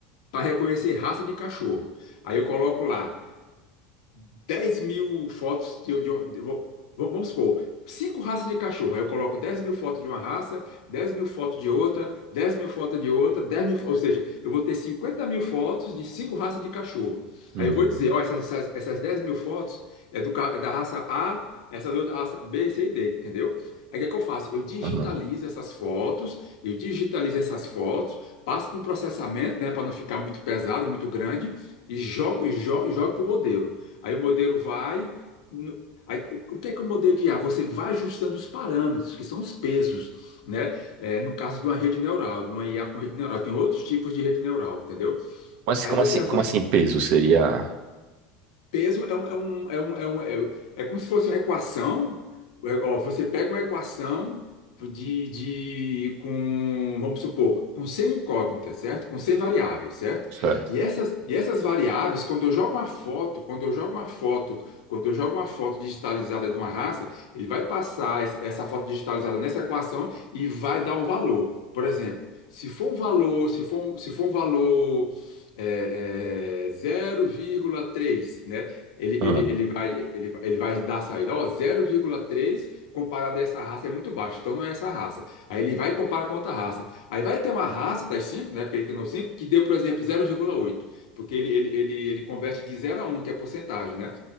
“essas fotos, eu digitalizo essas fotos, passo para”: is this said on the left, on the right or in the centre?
Left